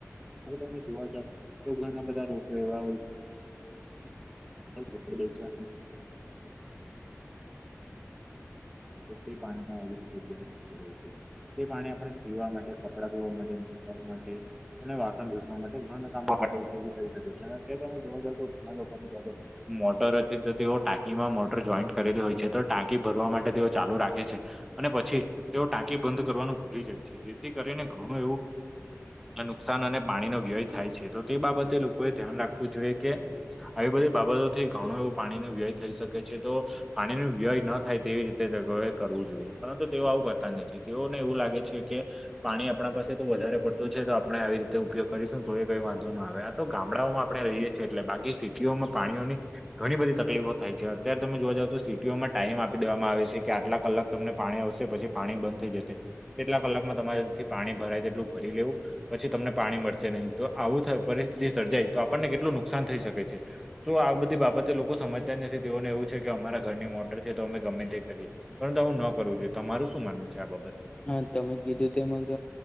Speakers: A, in the centre; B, on the left (about 15°).
A: અને તમે જોવા જાવ તો, ઘણા બધા રોગો એવા હોય <unintelligible> તો તે પાણીના આવી રીતે વ્યય ન કરવો તે પાણી આપણે પીવા માટે, કપડાં ધોવા માટે <unintelligible> માટે અને વાસણ ઘસવા માટે ઘણા કામો માટે ઉપયોગી થઈ શકે છે. અને તે તમે જોવા જાવ તો ઘણા લોકોને ઘરે મોટર હતી તો તેઓ ટાંકીમાં મોટર જોઈન્ટ કરેલી હોય છે. તો ટાંકી ભરવા માટે તેઓ ચાલુ રાખે છે. અને પછી તેઓ ટાંકી બંધ કરવાનું ભૂલી જાય છે. જેથી કરીને ઘણું એવું નુકસાન અને પાણીનો વ્યય થાય છે. તો તે બાબતે લોકોએ ધ્યાન રાખવું જોઈએ કે આવી બધી બાબતો થી ઘણું એવું પાણી નું વ્યય થઈ શકે છે તો પાણી નું વ્યય ન થાય તેવી રીતે <unintelligible> કરવું જોઈએ પરંતુ તેઓ આવું કરતા નથી તેઓને એવું લાગે છે કે પાણી આપણા પાસે તો વધારે પડતું છે તો આપણેે આવી રીતે ઉપયોગ કરીશું તો એ કઈ વાંધો ન આવે. તો ગામડાઓમાં આપણે રહીએ છીએ એટલે બાકી સિટીઓમાં પાણીઓની ઘણી બધી તકલીફો થાય છે અત્યારે તમે જોવા જાવ તો સિટીઓમાં ટાઈમ આ પી દેવામાં આવે છે કે આટલા કલાક તમને પાણી આવશે પછી પાણી બંધ થઈ જશે. એટલા કલાકમાં તમારેથી પાણી ભરાય તેટલું ભરી લેવું. પછી તમને પાણી મળશે નહી તો આવું પરિસ્થિતિ સર્જાય તો આપણને કેટલું નુકસાન થઈ શકે છે. તો આ બધી બાબતે લોકો સમજતા નથી તેઓને એવું છે કે અમારા ઘરની મોટર છે તો અમે ગમે તે કરીએ પરંતુ આવું ન કરવું જોઈએ તમારું શું માનવું છે આ બાબતે
B: હા તમે કીધું તેમાંજ